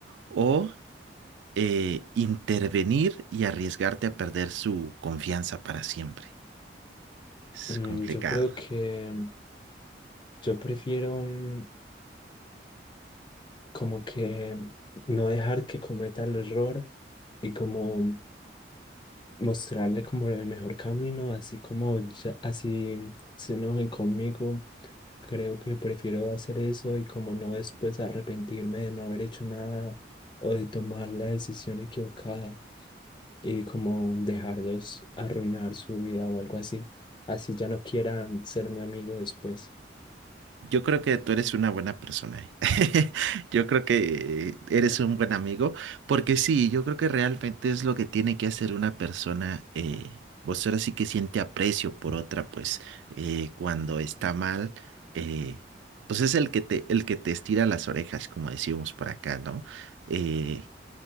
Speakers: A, on the right; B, on the left.
A: o eh, intervenir y arriesgarte a perder su confianza para siempre. Es
B: mm,
A: complicado.
B: yo creo que yo prefiero mm, como que no dejar que cometa el error y como mostrarle como el mejor camino, así como ya- así se enojen conmigo. Creo que prefiero hacer eso y como no después arrepentirme de no haber hecho nada o de tomar la decisión equivocada y como dejarlos arruinar su vida o algo así. Así ya no quieran ser mi amigo después.
A: Yo creo que tú eres una buena persona. <laughs> Yo creo que eres un buen amigo, porque sí, yo creo que realmente es lo que tiene que hacer una persona. Eh, vos ahora sí que siente aprecio por otra, pues eh, cuando está mal, eh, pues es el que te, el que te estira las orejas, como decíamos por acá, ¿no? Eh,